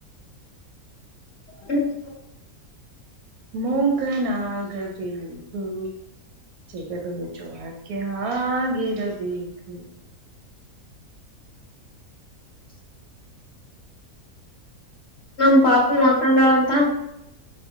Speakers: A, on the left; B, on the right.
A: ಹ
B: ಮೂಕನಾಗಬೇಕಹು ೆ ತ ಚೋಕೆ ಹಾಗಾಗಿಿರಬೇಕು
A: ನಮ ಪಾಪ ಮಾಕಂಡಾಳಂತ